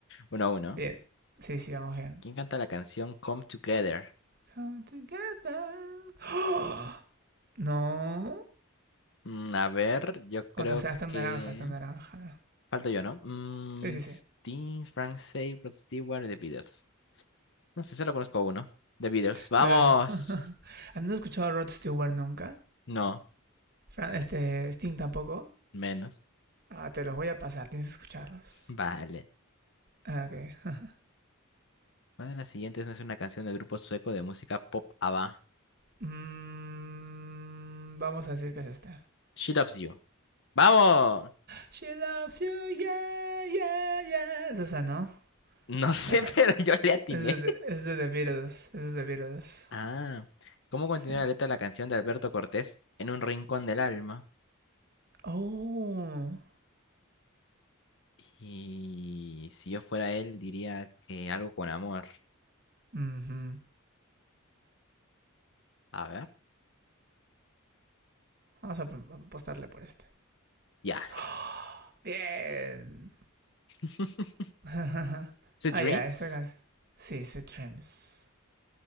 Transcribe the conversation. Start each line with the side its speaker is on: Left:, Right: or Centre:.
Left: Uno a uno.
Right: Bien. Sí, sí, vamos bien.
Left: ¿Quién canta la canción Come Together?
Right: Come together. <gasps> ¡Ah! No. O
Left: Mm, a ver, yo creo
Right: oh, no, o sea, está
Left: que...
Right: en naranja, está en naranja. ¿no?
Left: Falto yo, ¿no? Mm,
Right: Sí, sí,
Left: Sting,
Right: sí.
Left: Frank Zappa, Rod Stewart y The Beatles. No sé, solo conozco a uno. The Beatles. ¡Vamos!
Right: Claro. <laughs> ¿Han escuchado a Rod Stewart nunca?
Left: No,
Right: Fran- este, Sting tampoco.
Left: menos.
Right: Ah, te los voy a pasar, tienes que escucharlos.
Left: <laughs> Vale.
Right: Ah, Ok. <laughs>
Left: ¿Cuál de las siguientes no es una canción del grupo sueco de música pop ABBA?
Right: Mm, vamos a decir que es este.
Left: She Loves You. ¡Vamos!
Right: She loves you, yeah, yeah, yeah. Es esa, ¿no?
Left: No sé,
Right: Claro.
Left: <laughs> pero yo le atiné.
Right: Es de, es de The Beatles. Es de The Beatles.
Left: Ah, ¿cómo continúa
Right: Sí.
Left: la letra de la canción de Alberto Cortés en un rincón del alma?
Right: Oh.
Left: Y si yo fuera él, diría que algo con amor.
Right: Ujú.
Left: A ver,
Right: Vamos a ap- apostarle por este.
Left: diablos.
Right: <gasps> Oh, Bien.
Left: <laughs>
Right: <laughs> ah,
Left: ¿Sweet Dreams?
Right: ya, esta canción. Sí, Sweet Dreams.